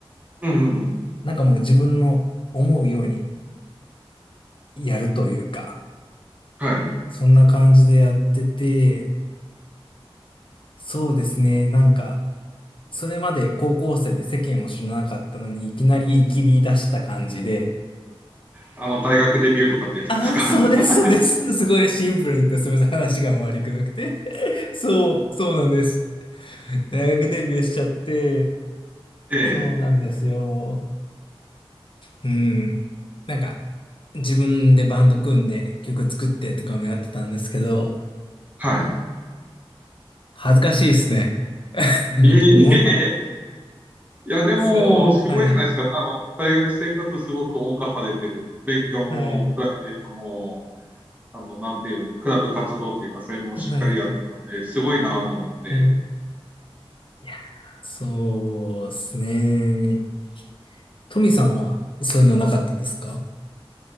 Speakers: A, on the right; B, on the left.
A: うんうんうん、
B: なんかもう自分の思うようにやるというか、
A: はい。
B: そんな感じでやってて、そうですね、なんか、それまで高校生で世間を知らなかったのに、いきなり生きり出した感じで、
A: あの、大学デビューとかってやつですか。
B: ああ、そうです、
A: <laughs>
B: そうです。すごいシンプルに言って、すみません、話が回りくどくて。<laughs> そう、そうなんです。大学デビューしちゃって、
A: ええ、
B: そうなんですよ。うん。なんか、自分でバンド組んで曲作ってとかもやってたんですけど、
A: はい。
B: 恥ずかしいですね。<laughs>
A: いえいえいえ、
B: もう、
A: いや、でも、
B: そう、
A: すごいじゃないですか。
B: はい、
A: あの、大学生活すごく謳歌されてる。勉強も、
B: はい、
A: プライベートも、あの、なんていうの、クラブ活動というか、そういうのをしっかりやってたんで、
B: はい、
A: すごいなと思って。
B: はい。いやそうですね。トミさんはそういうのなかったですか